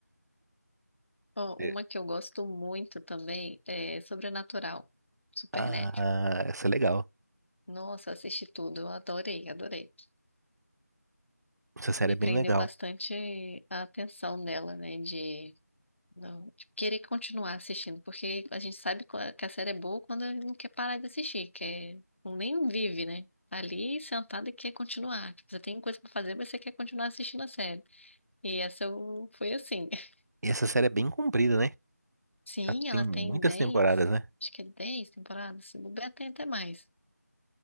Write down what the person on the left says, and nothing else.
Ó, uma
que eu gosto muito também é Sobrenatural. Supernatural.
Nossa, assisti tudo, eu adorei, adorei.
Me
prendeu
bastante a atenção dela, né? De, não, de querer continuar assistindo, porque a gente sabe qua- que a série é boa quando não quer parar de assistir, quer, nem vive, né? Tá Ali sentada e quer continuar. Tipo, você tem coisa pra fazer, mas você quer continuar assistindo a série. E essa eu- foi assim. <laughs>
Sim,
ela
tem 10,
acho que é 10 temporadas, se bobear tem até mais.